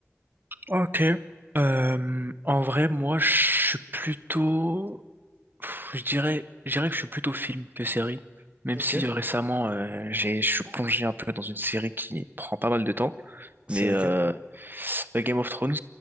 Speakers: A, on the right (about 45°); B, on the right (about 25°).
A: Ok. Euh, en vrai, moi, je suis plutôt Pff, Je dirais, je dirais que je suis plutôt film que série, même
B: Ok.
A: si euh, récemment euh, j'ai, je suis plongé un peu dans une série qui prend pas mal de temps,
B: C'est
A: mais
B: laquelle?
A: euh, euh, Game of Thrones.